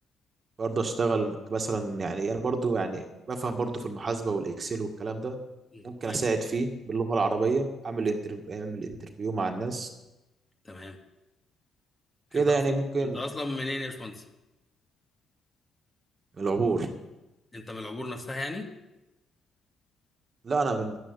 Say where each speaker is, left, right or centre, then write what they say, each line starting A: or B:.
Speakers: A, on the right; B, on the left.
A: برضه اشتغل مثلا يعني انا برضه يعني بفهم برضه في المحاسبه والاكسل والكلام ده
B: مم،
A: ممكن
B: كويس
A: اساعد فيه باللغه العربيه اعمل انترفيو اعمل انترفيو مع الناس
B: تمام
A: كده
B: انت اصلا
A: يعني ممكن
B: انت اصلا منين يا باشمهندس
A: العبور
B: انت من العبور نفسها يعني
A: لا انا من